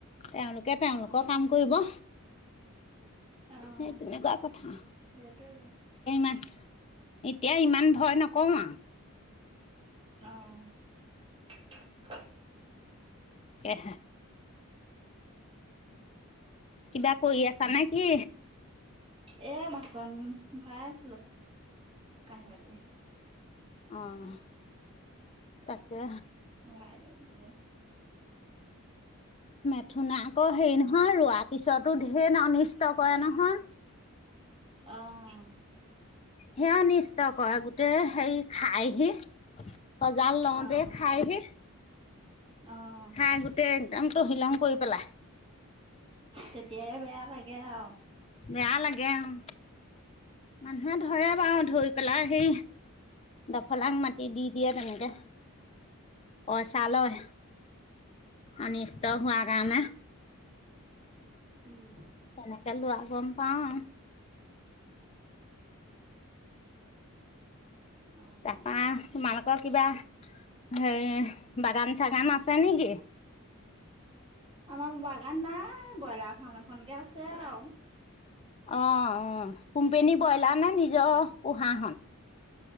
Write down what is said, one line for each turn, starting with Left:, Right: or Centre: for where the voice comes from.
Left: তেওঁলোকে-তেওঁলোকৰ
Right: অ',
Left: কাম কৰিব।
Right: অ',
Left: সেই তেনেকুৱা কথা <unintelligible>
Right: সেইটোৱে বাৰু
Left: মান এতিয়া ইমান ভয় নকওঁ আৰু।
Right: আহ! <inaudible>
Left: এহ <inaudible> কিবা কৰি আছা নে কি?
Right: এ বাচন ভৰাই আছিলো কাঁহী বাতি
Left: অঁ তাকে
Right: ভৰাই দিওঁ বুলি
Left: মেথুনা আকৌ হেৰি নহয় ৰোৱা পিছতো ধেৰ অনিষ্ট কৰে নহয়
Right: আহঁ।
Left: সেয়া নিষ্ট কৰে গোটেই হেৰি খাই সি সজাল লওঁতে
Right: অ',
Left: খাইহি
Right: অ',
Left: খাই গোটেই একদম টো তহীলং কৰি পেলাই।
Right: তেতিয়াইে বেয়া লাগে আৰু
Left: বেয়া লাগে উম। মানুহে ধৰে বাৰু ধৰি পেলাই হে। ডফলাং মাটি দি দিয়ে তেনেকে ক
Right: উম,
Left: চা লয় অনিষ্ট
Right: অ',
Left: হোৱা কাৰনে।
Right: উম।
Left: তেনেক লোৱা গম পাওঁ।
Right: অ',
Left: তাৰপা তোমালোকৰ কিবা হেই বাগান চাগান আছে নেকি?
Right: আমাৰ বাগান নাই ব্ৰইলাৰ ফাৰ্ম এখনকে আছে। আৰু
Left: অঁ অঁ কোম্পনী ব্ৰইলাৰ নে নিজৰ পোহাহত